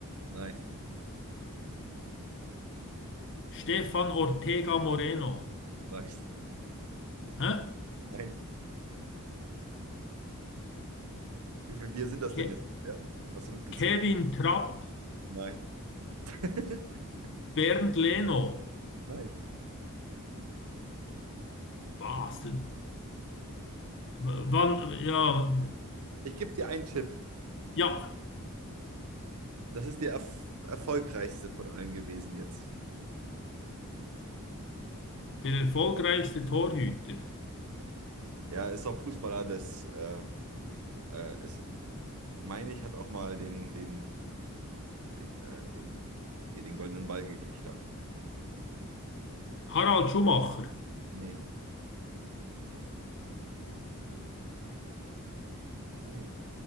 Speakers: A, on the right; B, on the left.
A: nein,
B: Stefan Ortega Moreno,
A: nein,
B: hä?
A: nein. Wie viel Bier sind das
B: Ke
A: denn jetzt? Ja. Hast du mitgezählt?
B: Kevin Trapp,
A: Nein, <laughs>
B: Bernd Leno.
A: nein.
B: Was? D- W- Wann, ja,
A: Ich gebe dir einen Tipp.
B: ja,
A: Das ist der erf erfolgreichste von allen gewesen jetzt.
B: der erfolgreichste Torhüter.
A: Ja, ist auch Fußballer das. äh, äh, ist, meine ich, hat auch mal den, den, den, äh, den, hier den goldenen Ball gekriegt da.
B: Harald Schumacher.
A: Nee. Hat er den?